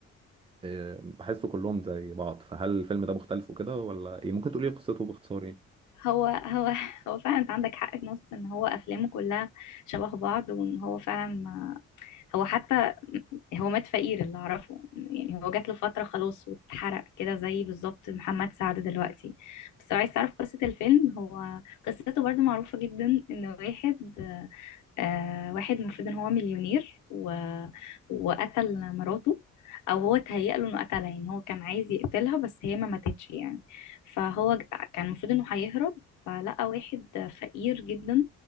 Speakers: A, on the right (about 20°); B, on the left (about 75°).
A: آه، بحسه كلهم زي بعض فهل الفيلم ده مختلف وكده ولا ايه ممكن تقولي قصته باختصار يعني
B: هو هو هو فعلا انت عندك حق في نقطة ان هو افلامه كلها شبه بعض وان هو فعلا ما... هو حتى هو مات فقير اللي اعرفه يعني هو جات له فترة خلاص واتحرق كده زي بالظبط محمد سعد دلوقتي بس لو عايز تعرف قصة الفيلم هو قصته برضو معروفة جدا ان واحد آه واحد المفروض ان هو مليونير و... وقتل مراته او هو تهيأ له انه قتلها يعني هو كان عايز يقتلها بس هي ما ماتتش يعني فهو ج- كان المفروض انه هيهرب فلقى واحد فقير جدا